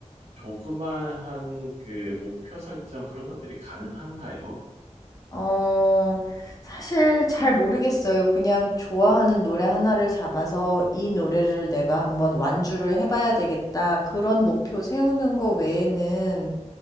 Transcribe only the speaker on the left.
어, 사실 잘 모르겠어요. 그냥 좋아하는 노래 하나를 잡아서 이 노래를 내가 한번 완주를 해봐야 되겠다. 그런 목표 세우는 거 외에는